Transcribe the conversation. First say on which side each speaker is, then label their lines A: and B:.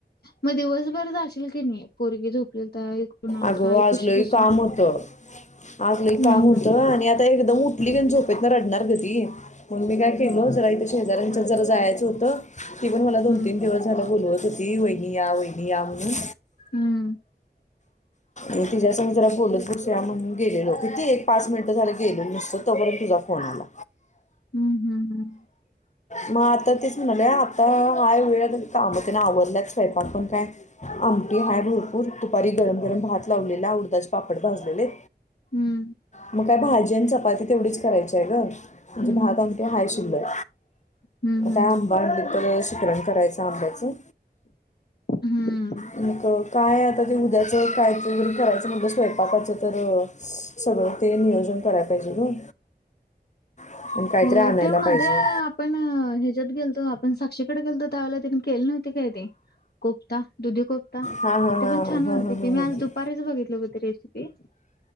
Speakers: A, on the left (about 70°); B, on the left (about 45°).
A: मग दिवसभर जाशील की नाही? पोरगी झोपलेली तर आई कुठून आलं
B: अगो
A: तर आईपाशी
B: आजलही
A: बसून.
B: काम होतं आजलही
A: हं,
B: काम होतं
A: हं.
B: आणि आता एकदम उठली का झोपेत ना रडणार ग त म्हण मी काय केल
A: होय.
B: जरा इथ शेजऱ्या जायच होत पण मला दोन
A: हं,
B: तीन दिवस झा बोलो त ती होयी आ होय नियामणी
A: हं,
B: म तिझ्या अस म जला गोलदपूर शि म्हणून गेलेलो क ती एक पाच मिनिटं झाली गेल नुसतं तोपर्यंत तुझा फोन आला
A: हम्म हम्म हम्म
B: मग आता तेच म्हणाले आता हाय वेळ कामतेना आवडलात स्वयंपाक पण काय आमटी हाय भरपूर दुपारी गरम गरम भात लावलेला उरदाचे पापड भाजलेले
A: हं,
B: मग काय भाजी आणि चपाती तेवढीच करायचंय ग म्हणजे
A: हं,
B: भात अमटे हाय शिलर
A: हं, हं,
B: रामबनडीपेश
A: हं.
B: <unintelligible> शिकरणकरायचं आंब्याचं
A: हं. हं. हं.
B: एनेक काय आता ते उद्याचं काय ते वगैरे करायचं म्हणत स्वयंपाकाचा तर सगळं ते नियोजन करायला पाहिजे ग. आणि काहीतरी
A: होय
B: आणायला
A: ते मध्ये
B: पाहिजे
A: आपण ह्याच्यात गेलो आपण साक्षीकडे गेलो. ला त केल् न होते काय ते कोपता दुधी कोफ्ता
B: हां हां हां
A: ते पण छान
B: हां
A: वाटते
B: हां हां
A: की मी
B: हां
A: आज दुपारीच बघितलं होती रेसिपी